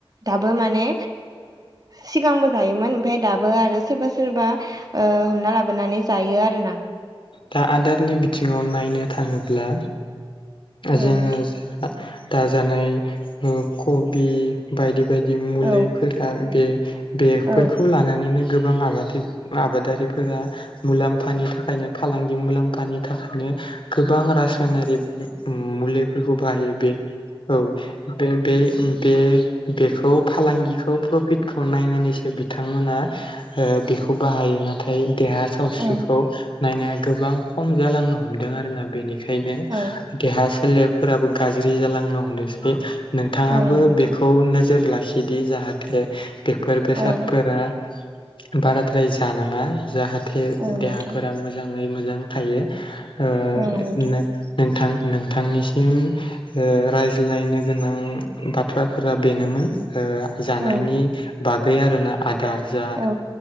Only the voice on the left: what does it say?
दा आदारनि बिथिङाव नायनो थाङोब्ला
जोङो।
दाजानाय कबि। बायदि बायदि मुलिफोरा
बे बेगफोरखौ
लानानैनो गोबां आबादि। मआबादारिफोरा मुलाम्फानि थाखायनो। फालांगि मुलाम्फानि थाखायनो गोबां रासायनारि मुलि फोरखौ बाहायो बे औ बे बे उम बे बेखौ फालांगिखौ प्रफिटखौ नायनानैसो बिथांमोना। ओ बेखौ बाहायो नाथाय देहा सावस्रिखौ
नायनाया गोबां खम जालांनो हमदों आरोना बेनिखायनो।
देहा सोलेरफोराबो गाज्रि जालांनो हमदोंसै। नोंथाङाबो
बेखौ नोजोर लाखिदि जाहाथे। बेफोर बेसादफोरा
बाराद्राय जानाङा जाहाथे
देहा
मोजाङै मोजां थायो ओ <unintelligible>
नोंथां नोंथांनिसिम ओ रायज्लायनो गोनां बाथ्राफोरा बेनोमोन। ओ जानायनि
बागै आरोना आदार जा